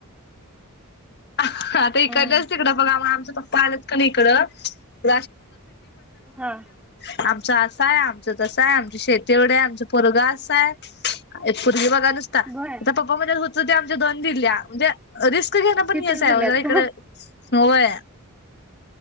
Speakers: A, on the left; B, in the centre.
A: <unintelligible> आता
B: हम्म
A: इकडच तिकडं बघा <unintelligible> तिचे पप्पा आलेत की नाही इकड <unintelligible> <unintelligible> <unintelligible>
B: हा
A: आमचं तसं आहे आमचे शेती एवढे आहे आमच पोरग असयं बघा <unintelligible> आमच्या
B: बर
A: दोन दिल्या म्हणजे <unintelligible> रिस्क घेण पण
B: तिथून
A: हे
B: दिल्यात
A: आहे इकड होय